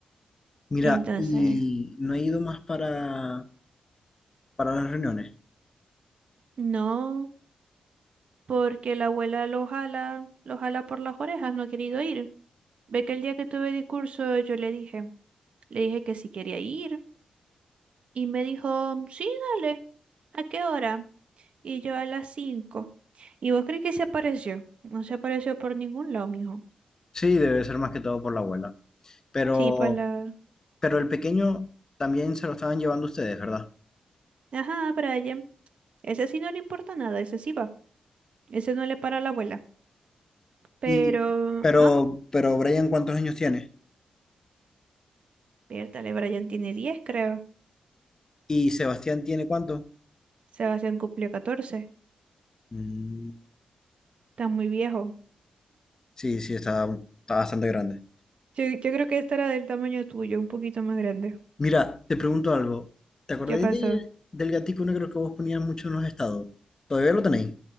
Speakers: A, on the left; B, on the right.
A: Mira,
B: Entonces...
A: ¿y no he ido más para, para las reuniones?
B: No, porque la abuela lo jala, lo jala por las orejas, no ha querido ir. Ve que el día que tuve discurso yo le dije, le dije que si quería ir y me dijo, sí, dale, ¿a qué hora? Y yo a las cinco. ¿Y vos crees que se apareció? No se apareció por ningún lado, mijo.
A: Sí, debe ser más que todo por la abuela. Pero
B: Sí, para la...
A: Pero el pequeño también se lo estaban llevando ustedes, ¿verdad?
B: Ajá, Brian. Ese sí no le importa nada, ese sí va. Ese no le para a la abuela. Pero...
A: Y, pero,
B: Ah,
A: pero Brian, ¿cuántos años tiene?
B: piértale, Brian tiene 10 creo.
A: ¿Y Sebastián tiene cuánto?
B: Sebastián cumplió catorce,
A: Mm,
B: Está muy viejo.
A: sí, sí, está, está bastante grande.
B: Yo, yo creo que esta era del tamaño tuyo, un poquito más grande.
A: Mira, te pregunto algo. ¿Te acordáis
B: ¿Qué pasó?
A: de- del gatico negro que vos ponías mucho en los estados? ¿Todavía lo tenéis?